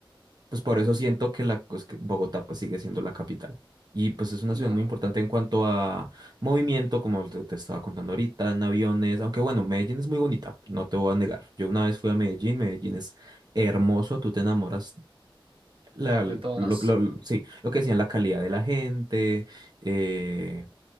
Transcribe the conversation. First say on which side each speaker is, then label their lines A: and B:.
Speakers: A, on the right; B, on the right.
A: pues por eso siento que la pues, que Bogotá pues sigue siendo la capital. Y pues es una
B: no,
A: ciudad muy importante en cuanto a movimiento, como te, te estaba contando ahorita, en aviones, aunque bueno, Medellín es muy bonita, no te voy a negar. Yo una vez fui a Medellín, Medellín es hermoso, tú te enamoras La, lo,
B: de todas,
A: lo- sí, lo que decían, la calidad de la gente. eh,